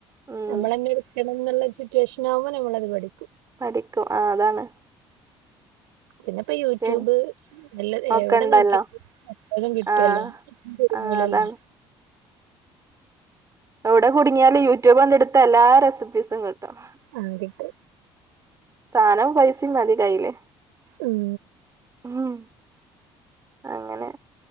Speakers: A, on the right; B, on the right.
A: ഉം
B: നമ്മളങ്ങനെ എടുക്കണം എന്നുള്ള സിറ്റുവേഷൻ ആവുമ്പോ നമ്മളത് പഠിക്കും
A: പഠിക്കും ആഹ് അതാണ്
B: പിന്നെപ്പൊ യൂട്യൂബ്
A: പിൻ
B: നല്ല എവിടെ
A: ഒക്കെ ഉണ്ടല്ലോ
B: നോക്കിയ ലും കിട്ടുവല്ലോ
A: ആഹ്
B: കുടുങ്ങൂല്ലല്ലോ
A: ആഹ് അതാണ് എവിടെ കുടുങ്ങിയാലും യൂട്യൂബ് ണ്ട് എടുത്ത എല്ലാ റെസിപ്പീസും കിട്ടും
B: ആഹ് കിട്ടും
A: സാനോം പൈസയും മതി കയ്യില്
B: ഉം
A: ഹമ് അങ്ങനെ